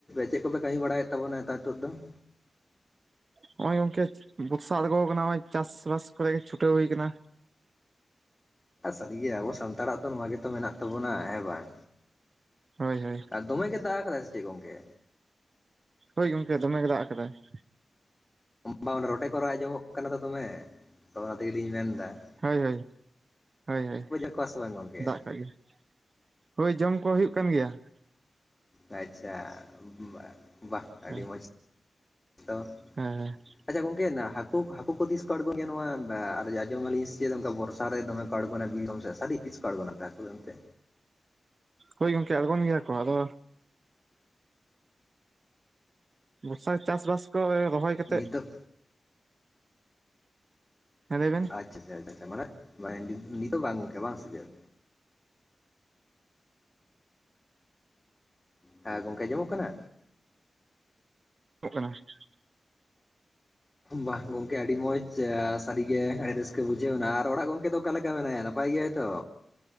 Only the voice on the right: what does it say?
ᱱᱚᱜᱼᱚᱭ ᱜᱚᱝᱠᱮ ᱵᱚᱨᱥᱟ ᱟᱬᱜᱚ ᱟᱠᱟᱱᱟ, ᱱᱚᱜᱼᱚᱭ ᱪᱟᱥᱵᱟᱥ ᱠᱚᱨᱮ ᱜᱮ ᱪᱷᱩᱴᱟᱹᱣ ᱦᱩᱭ ᱟᱠᱟᱱᱟ ᱾
ᱦᱳᱭ - ᱦᱳᱭ ᱾
ᱦᱳᱭ ᱜᱚᱝᱠᱮ, ᱫᱚᱢᱮ ᱜᱮ ᱫᱟᱜ ᱟᱠᱟᱫᱟᱭ ᱾
ᱦᱳᱭ-ᱦᱳᱭ, ᱦᱳᱭ-ᱦᱳᱭ,
ᱫᱟᱜ ᱟᱠᱟᱫ ᱜᱮ ᱾ ᱦᱳᱭ, ᱡᱚᱢ ᱠᱚ ᱦᱩᱭᱩᱜ ᱠᱟᱱ ᱜᱮᱭᱟ ᱾
ᱦᱮᱸ
ᱦᱮᱸ ᱦᱮᱸ ᱾
ᱦᱳᱭ ᱜᱚᱢᱠᱮ ᱟᱲᱜᱳᱱ ᱜᱮᱭᱟ ᱠᱚ, ᱟᱫᱚ ᱵᱚᱨᱥᱟ ᱪᱟᱥ ᱵᱟᱥ ᱠᱚ ᱨᱚᱦᱚᱭ ᱠᱟᱛᱮᱜ
ᱦᱮᱸ ᱞᱟᱹᱭ ᱵᱮᱱ
<unintelligible> ᱠᱟᱱᱟ ᱾